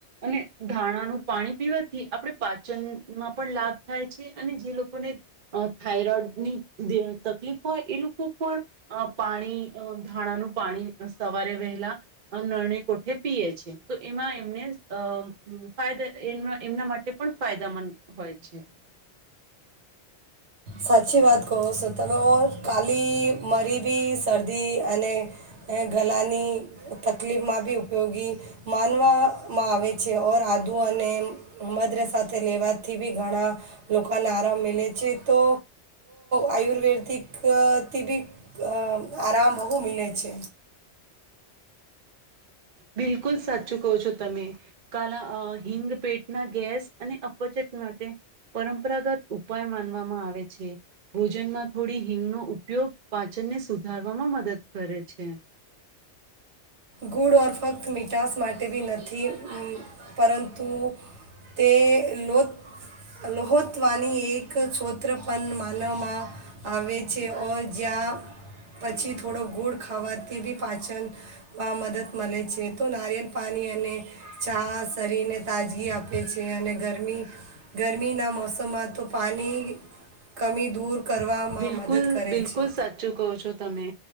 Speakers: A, on the right; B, on the right.
A: અને ધાણાનું પાણી પીવાથી આપણે પાચનમાં પણ લાભ થાય છે અને જે લોકોને થાયરોઈડની તકલીફ હોય એ લોકો પણ પાણી ધાણાનું પાણી સવારે વહેલા નેરાડે કોઠે પીએ છે તો એમાં એમને ય ઈમ ફાઇદે એમના માટે પણ ફાયદાામંદ હોય છે
B: સાચી વાત કહો છો તમે ઓર કાલી મરી બી શરદી અને ગલાની તકલીફમાં બી ઉપયોગી માનવામાં આવે છે ઓર આદુ અને મઘ સાથે લેવાથી બી ઘણા લોકોને આરામ મિલે છે તો આયુર્વેદિકથી બી આરામ બહુ મીલે છે
A: બિલકુલ સાચું કહો છો તમે કાલા હિંગ પેટના ગેસ અને અપચત માટે પરંપરાગત ઉપાય માનવામાં આવે છે ભોજનમાં થોડી હિંગનો ઉપયોગ પાચનને સુધારવામાં મદદ કરે છે
B: ગુળ ઓર ફક્ત મીઠાસ માટે બી નથી પરંતુ તે લો લોહોતવાની એક સોત્ર પણ માનવામાં આવે છે ઓર જ્યાં પછી થોડો ગુળ ખાવાથી બી પાચન માં મદદ મળે છે તો નારિયેલ પાણી અને ચા શરીરને તાજગી આપે છે અને ગરમી ગરમીના મોસમમાં તો પાણી કમી દૂર કરવામાં
A: બિલકુલ
B: મદદ કરે
A: બિલકુલ
B: છે
A: સાચું કહો છો તમે